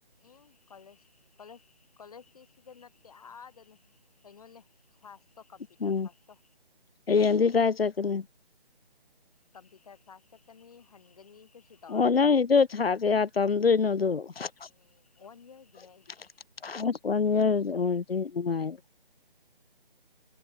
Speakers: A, on the left (about 40°); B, on the left (about 80°).
A: ꯎꯝ ꯀꯣꯂꯦꯖ ꯀꯣꯂꯦꯖ ꯀꯣꯂꯦꯖꯇꯤ ꯁꯤꯗ ꯅꯠꯇꯦ ꯑꯥꯗꯅꯦ ꯀꯩꯅꯣꯅꯦ ꯀ꯭ꯂꯥꯁꯇꯣ ꯀꯝꯄ꯭ꯌꯨꯇꯔ
B: ꯎꯝ
A: ꯀ꯭ꯂꯥꯁꯇꯣ
B: ꯍꯌꯦꯡꯗꯤ ꯀꯥꯏ ꯆꯠꯀꯅꯤ
A: ꯀꯝꯄ꯭ꯌꯨꯇꯔ ꯀ꯭ꯂꯥꯁ ꯆꯠꯀꯅꯤ ꯍꯟꯒꯅꯤ ꯀꯩꯁꯨ ꯇꯧꯔꯣꯏ
B: ꯑꯣ ꯅꯪꯒꯤꯗꯨ ꯊꯥ ꯀꯌꯥ ꯇꯝꯗꯨꯏꯅꯣ ꯑꯗꯨ ꯑꯁ
A: ꯎꯝ ꯋꯥꯟ ꯌꯔꯒꯤꯅꯦ ꯑꯩꯒꯤꯗꯣ
B: ꯋꯥꯅꯤꯉꯥꯏ ꯂꯩꯇꯦ ꯑꯩꯉꯣꯟꯗꯗꯤ ꯅꯨꯡꯉꯥꯏ